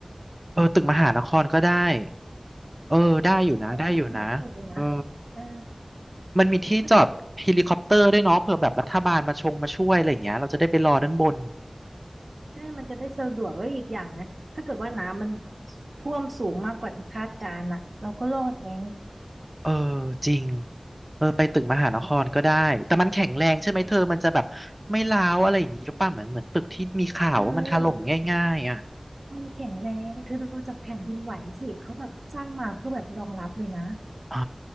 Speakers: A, on the right (about 15°); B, on the right (about 80°).
A: เออตึกมหานครก็ได้ เออได้อยู่นะได้อยู่นะเออ
B: ใช่ไหมสูงสุดเลยนะเออ
A: มันมีที่จอดเฮลิคอปเตอร์ด้วยเนาะเผื่อแบบรัฐบาลมาชงมาช่วยอะไรอย่างเงี้ยเราจะได้ไปรอด้านบน
B: ถ้าเกิดว่าใช่มันจะได้สะดวกแล้วอีกอย่างนะถ้าเกิดว่าน้ำมันท่วมสูงมากกว่าที่คาดการณ์อ่ะเราก็รอดไง
A: เออจริงเออไปตึกมหานครก็ได้แต่มันแข็งแรงใช่ไหมเธอมันจะแบบไม่ร้าวอะไรอย่างงี้หรือเปล่าเหมือนเหมือนตึกที่มีข่าวว่ามันถล่มง่ายๆอ่ะ
B: เธอมันแข็งแรงเธอดูจากแผ่นดินไหวสิ เขาแบบสร้างมาเพื่อแบบรองรับเลยนะ
A: อ่า